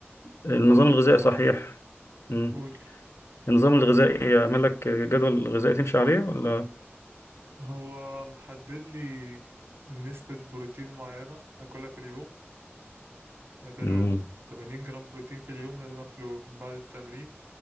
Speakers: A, on the left; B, on the right.
A: النظام
B: انا برضو
A: الغذائي
B: حاسس
A: صحيح
B: ان
A: مم.
B: قول
A: النظام الغذائي يعمل لك جدول غذائي تمشي عليه ولا
B: هو محدد لي نسبة بروتين معينة اكلها في اليوم يعني تقريبا
A: امم
B: 80 جرام بروتين في اليوم لازم اكله بعد التمرين